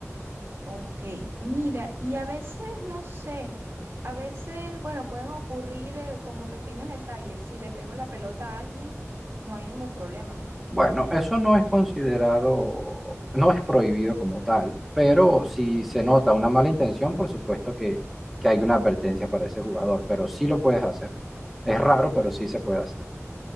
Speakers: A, on the right (about 60°); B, in the centre.
A: Ok, mira, y a veces, no sé, a veces, bueno, pueden ocurrir eh, como pequeños detalles. Si le pego la pelota a alguien, no hay ningún problema.
B: Bueno, eso no es considerado, no es prohibido como tal, pero si se nota una mala intención, por supuesto que, que hay una advertencia para ese jugador, pero sí lo puedes hacer. Es raro, pero
A: No,
B: sí se puede hacer.